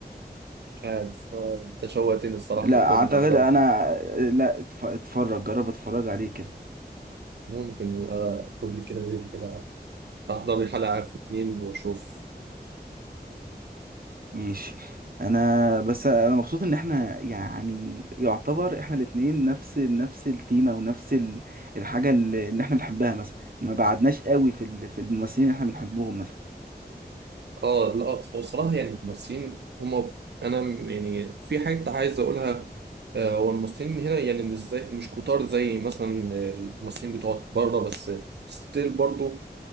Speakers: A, on the right; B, on the right.
A: مش عارف آه، انت شوقتني الصراحه
B: لا
A: ممكن
B: أعتقد
A: احضره
B: أنا لا اتف- اتفرج جرب اتفرج عليه كده
A: ممكن آه، اخد لي كده ليله كده احضر لي حلقه في اتنين واشوف
B: ماشي انا بس انا مبسوط ان احنا يعني يعتبر احنا الاتنين نفس نفس التيمة ونفس ال- الحاجة اللي اللي احنا بنحبها مثلا ما بعدناش قوي في ال- في الممثلين اللي احنا بنحبهم مثلا
A: اه لا هو صراحة يعني الممثلين هما انا م- يعني في حاجة عايز اقولها آه، هو الممثلين هنا يعني مش زي مش كتار زي مثلا آه، الممثلين بتوع بره بس ستيل برضو